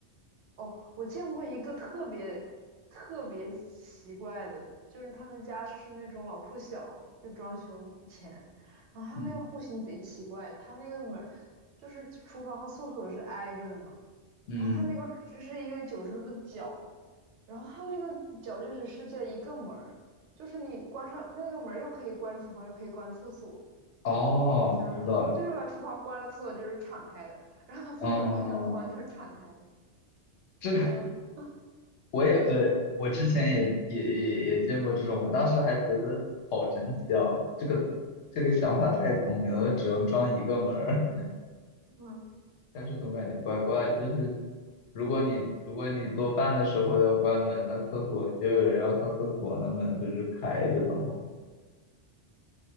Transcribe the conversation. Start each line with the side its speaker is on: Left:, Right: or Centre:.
Right: 哦，我见过一个特别特别奇怪的，就是他们家是那种老破小，就装修前，然后他那个户型贼奇怪，
Left: 嗯
Right: 他那个门儿就是厨房和厕所是挨着的嘛，
Left: 嗯，
Right: 然后他那个就是一个九十度的角，然后他那个角就只设计了一个门儿，就是你关上那个门儿又可以关厨房，又可以关厕所，
Left: 哦，
Right: 你能想象吗他他就是把厨房关了，
Left: 知道了。
Right: 厕所就是敞开的，然后把厕所关上，
Left: 嗯，
Right: 厨房就是敞开的，
Left: 这个
Right: 嗯
Left: 我也对，我之前也也也也见过这种，
Right: 嗯，
Left: 我当时还觉得好神奇啊，这个这个想法太聪明了，只用装一个门儿，
Right: 嗯
Left: <laughs> 但是总感觉怪怪的，就是如果你如果你做饭的时候要关门，那厕所就有人要上厕所，那门不是开着的吗？